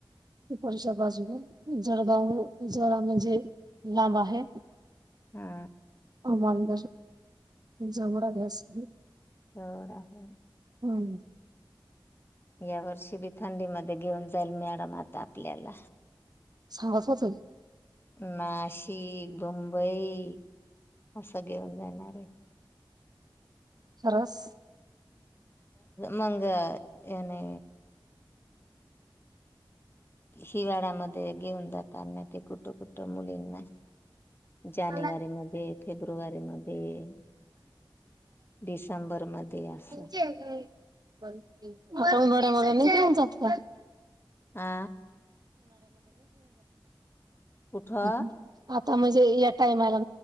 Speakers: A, on the right; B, on the left.
A: त परषा बाजूला जळगाव जळा म्हणजे लांब आहे
B: हा
A: ंद जवर अस
B: होड आहे
A: हम
B: या वर्षी बी थंडी म घेऊन जाईल मॅडम आता आपल्याला
A: सांगत होतय.
B: नाशिक मुंबई- असं घेऊन जाणार आहे.
A: खरवस.
B: मंग याने हिवाळा्यामध्ये घेऊन जाताना ते कुठं कुठं मुलींना
A: <inaudible>
B: जानेवारी
A: पॉपकॉर्न
B: मध्ये फेब्रुवारी मध्ये डिसेंबर मध्ये असं
A: तेच ते. उन्हाळ्यामध्ये नाही घेऊन जात का
B: आ कुठं
A: हहु आप- म्हणजे या टायमाला आत्ता.